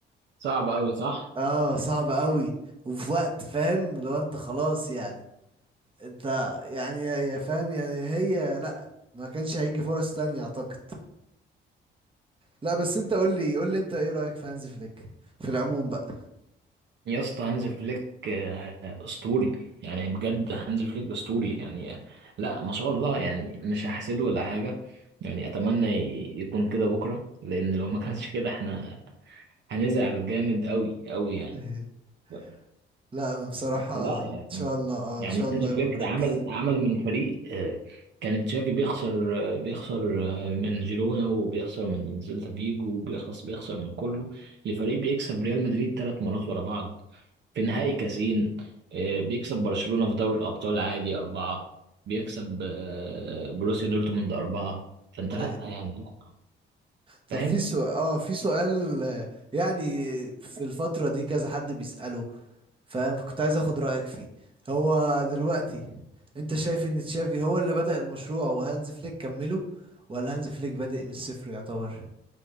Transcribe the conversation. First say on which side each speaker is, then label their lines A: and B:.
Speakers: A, on the right (about 65°); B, on the right (about 25°).
A: صعب قوي صح
B: اه صعب قوي وفي وقت فاهم لو انت خلاص يعني انت يعني يا يا فاهم يعني هي لا ما كانش هيجي فرص تانية اعتقد لا بس انت قول لي قول لي انت ايه رأيك في هانز فليك في العموم بقى
A: يا اسطى هانز فليك آه، اسطوري يعني بجد هانز فليك اسطوري يعني لا ما شاء الله يعني مش هحسده ولا حاجه يعني اتمنى ي- يكون كده بكره لان لو ما كانش كده احنا هنزعل جامد قوي قوي يعني
B: <laughs>
A: ف-
B: لا انا بصراحة
A: بس لا
B: ان
A: يعني
B: شاء الله اه
A: يعني
B: ان شاء الله
A: هانز فليك
B: يبقى مركز
A: ده عمل عمل من فريق آه، كان تشافي بيخسر آه، بيخسر آه، من جيرونا وبيخسر من سيلتا فيجو وبيخلص بيخسر من كله لفريق بيكسب ريال مدريد ثلاث مرات ورا بعض في نهائي كازين آه، بيكسب برشلونة في دوري الأبطال عادي أربعة بيكسب آه، بروسيا دورتموند أربعة فأنت لأ
B: ايوه
A: يعني لأ،
B: طب
A: فاهم؟
B: في سؤال اه في سؤال آه، يعني في الفترة دي كذا حد بيسأله فاهم كنت عايز اخد رأيك فيه هو دلوقتي انت شايف ان تشافي هو اللي بدأ المشروع وهانز فليك كمله ولا هانز فليك بادئ من الصفر يعتبر